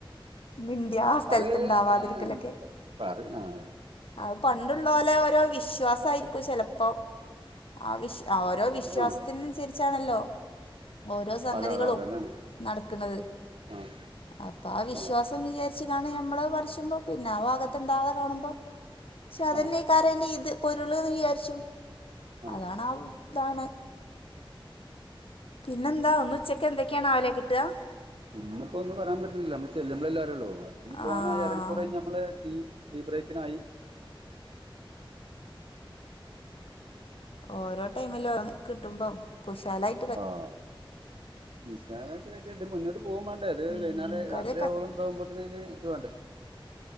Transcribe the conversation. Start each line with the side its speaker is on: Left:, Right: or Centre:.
Left: മിണ്ടിയ ആസ്ഥലത്തണ്ടാവാതിരിക്കലൊക്കെ.
Right: അത് അങ്ങനെ പറ ആഹ്
Left: അത് പണ്ട് ള്ളോലെ ഓരോ വിശ്വാസം ആയിരിക്കും ചെലപ്പോ ആ വിശ് ഓരോ വിശ്വാസത്തിനനുസരിച്ചാണല്ലോ
Right: ആഹ് ആഹ്
Left: ഓരോ സംഗതികളും.
Right: അതെ അതെ അതന്നെയാണ്
Left: നടക്ക്‌ണത്
Right: ആഹ്
Left: അപ്പൊ ആ വിശ്വാസം
Right: ആഹ്
Left: വിചാരിച്ച് കാണ്ട് നമ്മള് അത് പറിച്ചുമ്പോൾ പിന്നെ ആ ഭാഗത്തുണ്ടാതെ കാണുമ്പോൾ പക്ഷേ അതന്നക്കാരം
Right: ആഹ്
Left: അയിന്റെ ഇത് പൊരുള് എന്ന് വിചാരിച്ചും
Right: ആഹ്
Left: അതാണ് ആ ഇതാണ് പിന്നെന്താ ഇന്ന് ഉച്ചക്ക് എന്തൊക്കെയാണ് ആവലെ കിട്ടാ
Right: ഇന്നിപ്പോ ഒന്നും പറയാൻ പറ്റില്ലല്ലോ നമ്മൾ ചെല്ലുമ്പളല്ലെ അറിയൊള്ളൂ. അതിപ്പോ ഇനി പോവാനായി
Left: ആഹ്
Right: അര മണിക്കൂറ് കഴിഞ്ഞ് നമ്മൾ ടീ ടീ ബ്രേക്കിനായി
Left: ഓരോ ടൈമിലോരോന്ന് കിട്ടുമ്പം കുശാലായി
Right: ആഹ വിശാലായിട്ട് കയിച്ച ഇത് മുന്നോട്ട് പോകും വേണ്ട അല്ലേ അത്
Left: ഉം
Right: വൈന്നേരം
Left: കടയൊക്കെ
Right: രാത്രിയോളം താകുമ്പോത്തന് അതിന് ഇത് വേണ്ടേ